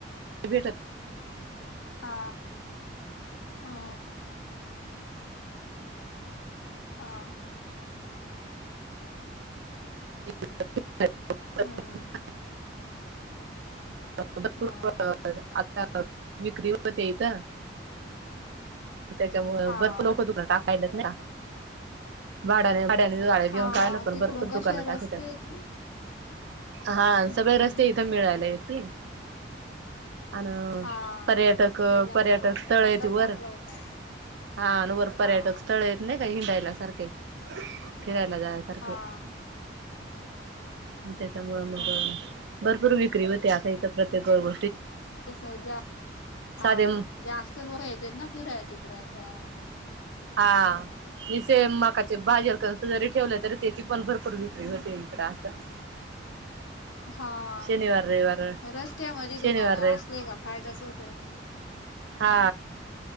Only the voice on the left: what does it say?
हा हम हा
हम्म
हा
हा.
हा
तिकडून
कसे
रस्ते
आहेत ना
हम्म.
हा
त्याच्यामुळं
मग
धंदा
चांगला
होता तो
हा.
हा
हा
ते स जा हा
जास्त लोक येत ना फिराय तिकड आता
हा
रस्त्यामध्ये
दुकान
असले का फायदा्याच होतोय